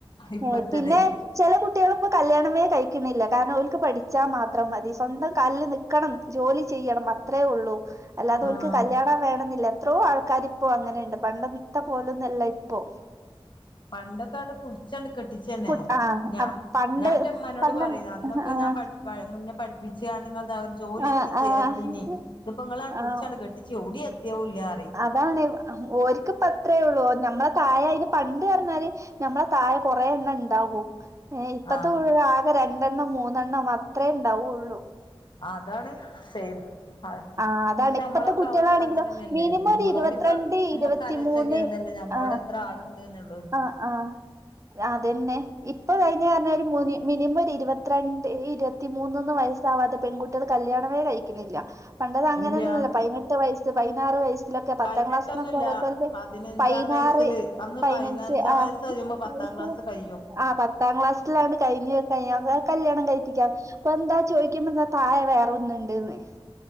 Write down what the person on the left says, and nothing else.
ഇപ്പത്തത്
ആഹ്
പണ്ടൊക്കാണ്ട് പുടിച്ചാണ്ട് കെട്ടിച്ചന്നെ.
ഞാ
ഞാൻ ന്റെ ഉമ്മാനോട്
പറയും അന്നൊക്കെ
ഞാൻ പ പ എന്നെ പഠിപ്പിച്ചിയാണ്ട് ഒരു ജോലി
എത്തിച്ചേ
എത്തീനി. ഇതിപ്പോ നിങ്ങളാണ്ട്
പിടിച്ചാണ്ട് കെട്ടി ച്ച് എവുടിഎത്തിയതൂല്ല പറയും.
ആഹ്
അതാണ്. സെയിം. അതെ
ഞമ്മളൊക്കെ
അവസ്ഥ അങ്ങനെന്നെല്ലേ.
ഞമ്മളോടിം
പ്പം ഞമ്മക്ക്
ആലോയിച്ചോക്ക്യാമതില്ലോ ഞമ്മളോടെ
എത്ര ആള്ണ്ട്ന്ന്ള്ള.
ഇല്ല
പതിനെട്ടൊന്നുല്ല
പതിനഞ്ചാം
വയസ്സില് അന്ന്
പതിനഞ്ചാം
വയസ്സ് കഴിയുമ്പോ പത്താം
ക്ലാസ് കഴിയും